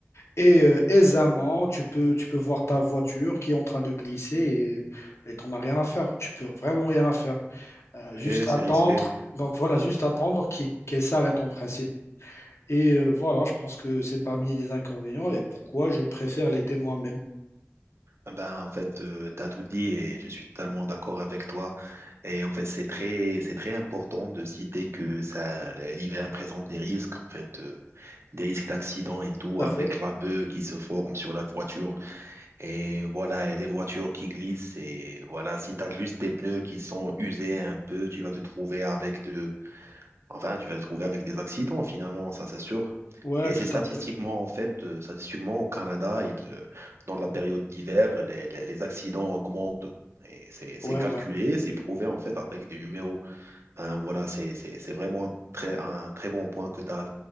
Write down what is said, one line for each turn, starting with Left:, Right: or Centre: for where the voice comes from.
Left: Et euh, aisément, tu peux, tu peux voir ta voiture qui est en train de glisser et et t'en as rien à faire. Tu peux vraiment rien à faire. Euh,
Right: Oui,
Left: juste
Right: c'est
Left: attendre.
Right: risqué.
Left: Donc voilà, juste attendre qu'il qu'elle s'arrête en principe. Et euh, voilà, je pense que c'est parmi les inconvénients et pourquoi je préfère l'été moi-même.
Right: Ah Ben, en fait, tu as tout dit et je suis totalement d'accord avec toi. Et en fait, c'est très, c'est très important de citer que ça, l'hiver présente des risques. En fait, euh, des risques d'accident et tout,
Left: Tout
Right: avec
Left: à fait.
Right: la beuh qui se forme sur la voiture. Et voilà, et les voitures qui glissent. Et voilà, si tu as juste des pneus qui sont usés un peu, tu vas te trouver avec de... Enfin, tu vas te trouver avec des accidents finalement, ça c'est sûr.
Left: Ouais,
Right: Et
Left: tout
Right: c'est statistiquement,
Left: à fait.
Right: en fait, euh, statistiquement, au Canada, il, euh, dans la période d'hiver, les, les- les accidents augmentent. Et c'est c'est
Left: Ouais,
Right: calculé,
Left: ouais.
Right: c'est prouvé, en fait, avec des numéros. Ben, voilà, c'est c'est- c'est vraiment très, un très bon point que tu as